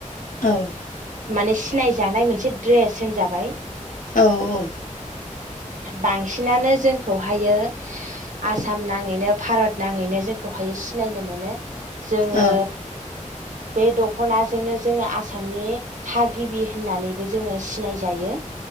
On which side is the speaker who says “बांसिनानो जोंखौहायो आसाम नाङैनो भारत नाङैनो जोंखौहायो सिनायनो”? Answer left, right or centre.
Right